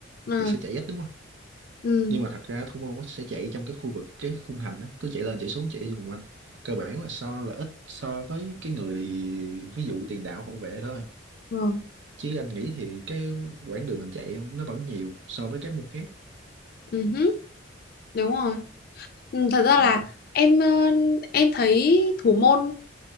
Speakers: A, on the left; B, on the right.
A: Ừ.
B: thì sẽ chạy ít đúng không
A: Ừ.
B: nhưng mà thật ra thủ môn á sẽ chạy trong cái khu vực cái khung thành á cứ chạy lên chạy xuống chạy vòng quanh cơ bản là so là ít so với cái người ví dụ tiền đạo hậu vệ thôi
A: Vâng.
B: chứ anh nghĩ thì cái quãng đường mình chạy nó vẫn nhiều so với các môn khác
A: Ừ. hứ, Đúng rồi. Ừ, thật ra
B: Ừ.
A: là em ờ, em thấy thủ môn